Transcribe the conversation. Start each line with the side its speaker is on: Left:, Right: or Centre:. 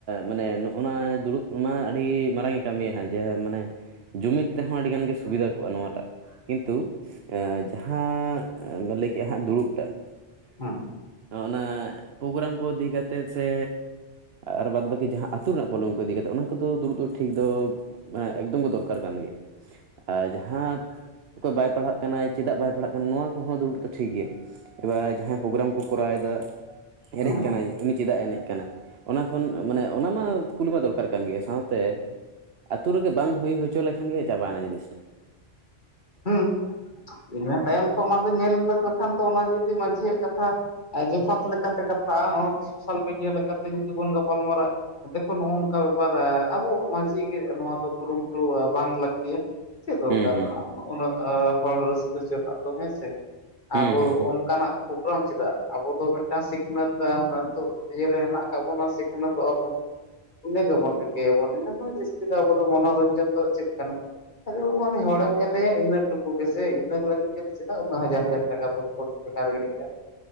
Right: ᱢᱟᱱᱮ ᱱᱚᱜᱼᱱᱟ ᱫᱩᱲᱩᱵ ᱢᱟ ᱟᱹᱰᱤ ᱢᱟᱨᱟᱝ ᱮ ᱠᱟᱹᱢᱤᱭᱟ ᱦᱟᱸᱜ ᱡᱮ ᱢᱟᱱᱮ ᱡᱩᱢᱤᱫ ᱛᱮᱦᱚᱸ ᱟᱹᱰᱤᱜᱟᱱ ᱜᱮ ᱥᱩᱵᱤᱫᱷᱟ ᱠᱚᱜᱼᱟ ᱱᱚᱣᱟᱴᱟᱜ ᱠᱤᱱᱛᱩ ᱡᱟᱦᱟᱸ ᱞᱟᱹᱭ ᱠᱮᱜᱼᱟ ᱦᱟᱸᱜ ᱫᱩᱲᱩᱵ ᱴᱟᱜ
Left: ᱦᱮᱸ
Right: ᱚᱱᱟ ᱯᱨᱚᱜᱨᱟᱢ ᱠᱚ ᱤᱫᱤ ᱠᱟᱛᱮᱫ ᱥᱮ ᱟᱨ ᱵᱟᱫ ᱵᱟᱹᱠᱤ ᱡᱟᱦᱟᱸ ᱟᱹᱛᱩ ᱨᱮᱱᱟᱜ ᱯᱚᱞᱚᱢ ᱠᱚ ᱤᱫᱤ ᱠᱟᱛᱮᱫ ᱚᱱᱟ ᱠᱚᱫᱚ ᱫᱩᱲᱩᱵ ᱫᱚ ᱴᱷᱤᱠ ᱫᱚ ᱦᱮᱸ ᱮᱠᱫᱚᱢ ᱜᱮ ᱫᱚᱨᱠᱟᱨ ᱠᱟᱱ ᱜᱮᱭᱟ᱾ ᱟᱨ ᱡᱟᱦᱟᱸ ᱚᱠᱚᱭ ᱵᱟᱭ ᱯᱟᱲᱦᱟᱜ ᱠᱟᱱᱟᱭ ᱪᱮᱫᱟᱜ ᱵᱟᱭ ᱯᱟᱲᱦᱟᱜ ᱠᱟᱱᱟ ᱱᱚᱣᱟ ᱠᱚᱦᱚᱸ ᱫᱩᱲᱩᱵ ᱴᱷᱤᱠ ᱜᱮᱭᱟ᱾ ᱮᱵᱟᱨ ᱡᱟᱦᱟᱸᱭ ᱯᱨᱚᱜᱨᱟᱢ ᱠᱚ ᱠᱚᱨᱟᱣᱮᱫᱟ ᱮᱱᱮᱡ
Left: ᱦᱮᱸ
Right: ᱠᱟᱱᱟᱭ ᱩᱱᱤ ᱪᱮᱫᱟᱜ ᱮ ᱮᱱᱮᱡ ᱠᱟᱱᱟ? ᱚᱱᱟ ᱠᱷᱚᱱ ᱢᱟᱱᱮ ᱚᱱᱟ ᱢᱟ ᱠᱩᱞᱤ ᱢᱟ ᱫᱚᱨᱠᱟᱨ ᱠᱟᱱ ᱜᱮᱭᱟ ᱥᱟᱶᱛᱮ ᱟᱹᱛᱩ ᱨᱮᱜᱮ ᱵᱟᱝ ᱦᱩᱭ ᱦᱚᱪᱚ ᱞᱮᱠᱷᱟᱱ ᱜᱮ ᱪᱟᱵᱟᱭᱮᱱᱟ ᱡᱤᱱᱤᱥᱴᱟ
Left: ᱦᱩᱸ ᱤᱱᱟᱹ ᱛᱟᱭᱚᱢ ᱛᱚ ᱚᱱᱟ ᱫᱚ ᱧᱮᱞ ᱞᱮᱠᱷᱟᱱ ᱛᱚ ᱚᱱᱟ ᱡᱩᱫᱤ ᱢᱟᱡᱷᱤᱭᱟᱜ ᱠᱟᱛᱷᱟ ᱟᱨ ᱡᱚᱛᱷᱟᱛ ᱞᱮᱠᱟᱛᱮ ᱠᱟᱛᱷᱟᱜᱼᱟ ᱚᱱᱟᱛᱮ ᱥᱳᱥᱟᱞ ᱢᱤᱰᱤᱭᱟ ᱞᱮᱠᱟᱛᱮ ᱡᱩᱫᱤ ᱵᱚᱱ ᱜᱟᱯᱟᱞᱢᱟᱨᱟ ᱡᱮᱠᱷᱚᱱ ᱱᱚᱜᱼᱚ ᱱᱚᱝᱠᱟ ᱵᱮᱯᱟᱨ ᱟᱵᱚᱣᱟᱜ ᱢᱟᱺᱡᱷᱤ ᱜᱮ ᱱᱚᱣᱟ ᱫᱚ ᱠᱩᱨᱩᱢᱩᱴᱩ ᱵᱟᱝ ᱞᱟᱹᱠᱛᱤᱭᱟ ᱪᱮᱫ ᱫᱚᱨᱠᱟᱨ
Right: ᱦᱩᱸ ᱦᱩᱸ
Left: ᱩᱱᱟᱹᱜ ᱦᱚᱲ ᱨᱟᱹᱥᱠᱟᱹ ᱪᱚ ᱨᱮᱱᱟᱜ ᱫᱚ ᱦᱮᱸᱥᱮ ᱾
Right: ᱦᱩᱸ
Left: ᱟᱵᱚ
Right: ᱦᱩᱸ ᱦᱩᱸ
Left: ᱚᱱᱠᱟᱱᱟᱜ ᱯᱨᱳᱜᱨᱟᱢ ᱪᱮᱫᱟᱜ ᱟᱵᱚ ᱫᱚ ᱢᱤᱫᱴᱟᱝ ᱥᱤᱠᱷᱱᱟᱹᱛᱟᱱ ᱱᱤᱛᱚᱜ ᱤᱭᱟᱹᱨᱮ ᱦᱮᱱᱟᱜ ᱟᱠᱟᱫ ᱵᱚᱱᱟ ᱥᱤᱠᱷᱱᱟᱹᱛᱚᱜᱼᱟᱵᱚᱱ ᱾ ᱤᱱᱟᱹ ᱜᱮᱵᱚᱱ ᱨᱤᱠᱟᱹᱭᱟᱵᱚᱱ ᱤᱱᱟᱹ ᱠᱷᱚᱱ ᱡᱟᱹᱥᱛᱤ ᱫᱚ ᱟᱵᱚ ᱫᱚ ᱢᱚᱱᱚᱨᱚᱧᱡᱚᱱ ᱫᱚ ᱪᱮᱫ ᱠᱟᱱᱟ ᱠᱷᱟᱞᱤ ᱩᱱᱤ ᱦᱚᱲᱮᱢ ᱧᱮᱞᱭᱟ ᱤᱱᱟᱹ ᱴᱩᱠᱩ ᱜᱮᱥᱮ ᱤᱱᱟᱹ ᱞᱟᱜᱤᱫ ᱪᱮᱫᱟᱜ ᱚᱱᱟ ᱦᱟᱡᱟᱨ ᱦᱟᱡᱟᱨ ᱴᱟᱠᱟ ᱵᱚ ᱵᱮᱠᱟᱨ ᱠᱟᱜᱼᱟ ᱾